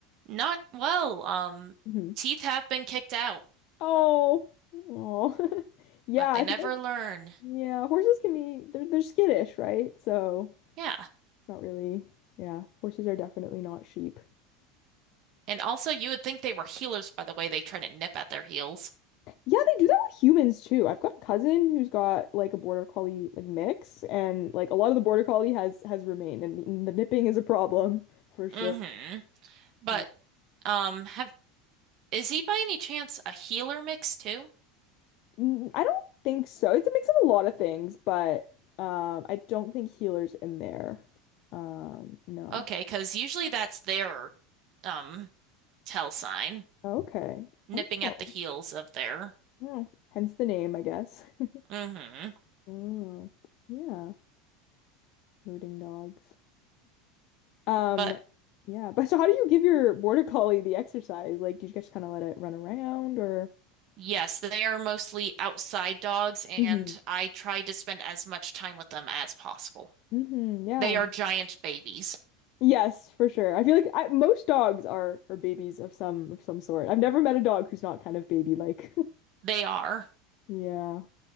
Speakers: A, on the right; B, on the left.
A: Not well. Um,
B: hmm
A: teeth have been kicked out,
B: Oh. Oh. <laughs> Yeah,
A: but they
B: I
A: never
B: feel like
A: learn.
B: yeah, horses can be they're they're skittish, right? So
A: Yeah.
B: it's not really yeah, horses are definitely not sheep.
A: And also, you would think they were healers by the way they try to nip at their heels.
B: Yeah, they do that with humans too. I've got a cousin who's got like a border collie like mix, and like a lot of the border collie has has remained, and, n- the nipping is a problem for sure.
A: Mm-hmm. But
B: Yeah.
A: um, have is he by any chance a healer mix too?
B: Mm, I don't think so. It's a mix of a lot of things, but um, I don't think healer's in there. Um, no.
A: Okay, because usually that's their um tell sign,
B: Okay.
A: nipping
B: Oh,
A: at the heels of their.
B: yeah. Hence the name, I guess. <laughs>
A: Mm-hmm.
B: Oh, yeah. Herding dogs. Um,
A: But
B: yeah, but so how do you give your border collie the exercise? Like, do you just kind of let it run around or?
A: yes, they are mostly outside dogs, and
B: hmm
A: I try to spend as much time with them as possible.
B: hmm yeah.
A: They are giant babies.
B: Yes, for sure. I feel like I, most dogs are are babies of some of some sort. I've never met a dog who's not kind of baby-like. <laughs>
A: They are.
B: Yeah.